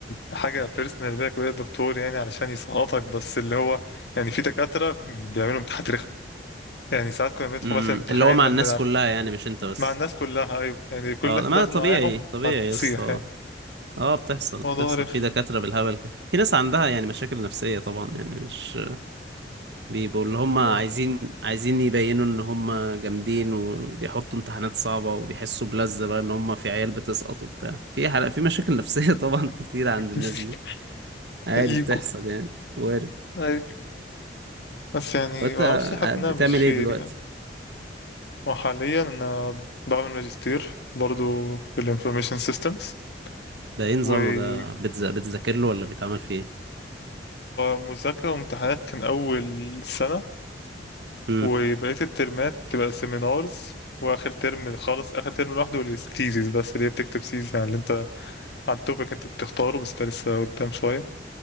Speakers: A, on the left; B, on the right.
A: حاجه بيرسونال بينك وبين الدكتور يعني علشان يسقطك بس اللي هو يعني في دكاتره بيعملوا امتحانات يعني ساعات كنا بندخل
B: مم،
A: مثلا امتحان
B: اللي هو مع
A: واحنا
B: الناس
A: عارف
B: كلها يعني مش انت بس
A: مع الناس كلها ايوه يعني كل
B: اه
A: الناس
B: ما
A: داخله
B: طبيعي
A: معاهم
B: طبيعي
A: هتصيح
B: يس اه
A: يعني
B: اه بتحصل
A: موضوع
B: بتحصل
A: رخم
B: في دكاتره بالهبل كده. في ناس عندها يعني مشاكل نفسيه طبعا يعني مش بيبقوا اللي هم
A: احنا
B: عايزين عايزين يبينوا ان هم جامدين وبيحطوا امتحانات صعبة وبيحسوا بلذة بقى ان هم في عيال بتسقط وبتاع في حلقة في مشاكل نفسية <laughs> طبعا كتير عند
A: <laughs>
B: الناس دي عادي
A: ايجو
B: بتحصل يعني وارد
A: ايوه بس يعني
B: وانت
A: ما اعرفش حاسس انها
B: بتعمل
A: مش فير
B: ايه دلوقتي
A: يعني وحاليا انا بعمل ماجستير برضو في الانفورميشن سيستمز
B: ده ايه نظامه
A: وهو
B: ده بتز... بتذاكر له ولا بيتعمل فيه ايه
A: مذاكره وامتحانات كان اول سنه
B: امم
A: وبقيه الترمات تبقى سيمينارز واخر ترم خالص اخر ترم لوحده للثيسيس بس اللي هي بتكتب سيزيس عن اللي انت عن التوبيك انت بتختاره بس ده لسه قدام شوية